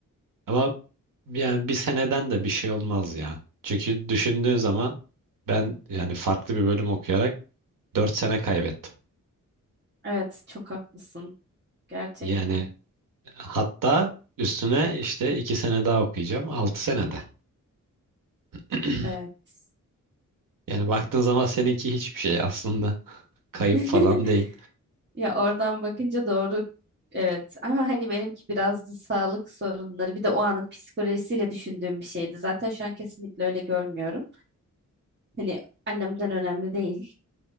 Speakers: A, on the right; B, on the right.
A: Ama Yani bir seneden de bir şey olmaz ya. Çünkü düşündüğün zaman ben yani farklı bir bölüm okuyarak 4 sene kaybettim.
B: Evet, çok haklısın. Gerçekten.
A: Yani hatta üstüne işte 2 sene daha okuyacağım 6 senede. <clears throat>
B: Evet.
A: Yani baktığın zaman seninki hiçbir şey aslında kayıp
B: <laughs>
A: falan değil.
B: Ya oradan bakınca doğru evet ama hani benimki biraz da sağlık sorunları bir de o anın psikolojisiyle düşündüğüm bir şeydi. Zaten şu an kesinlikle öyle görmüyorum. Hani annemden önemli değil.